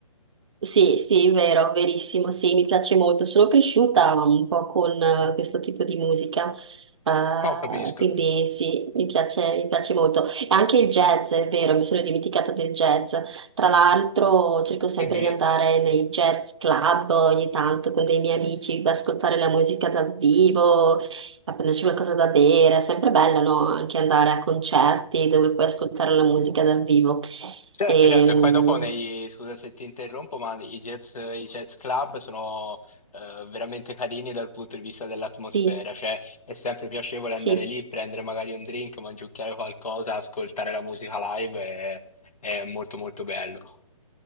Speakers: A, on the right; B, on the left.
A: sì, sì, vero, verissimo, sì, mi piace molto. Sono cresciuta un po' con eh, questo tipo di musica, eh,
B: Oh, capisco.
A: quindi sì, mi piace, mi piace molto. E anche il jazz, è vero, mi sono dimenticata del jazz. Tra l'altro cerco sempre
B: Mhm.
A: di andare nei jazz club ogni tanto con dei miei amici, ad ascoltare la musica dal vivo, a prenderci qualcosa da bere. È sempre bello, no? Anche andare a concerti dove puoi ascoltare la musica dal vivo.
B: Certo,
A: E,
B: certo, e poi dopo nei, scusa se ti interrompo, ma i jazz, i jazz club sono eh, veramente carini dal punto di vista dell'atmosfera,
A: Sì,
B: cioè è sempre piacevole andare
A: sì,
B: lì, prendere magari un drink, mangiucchiare qualcosa, ascoltare la musica live, è, è molto molto bello.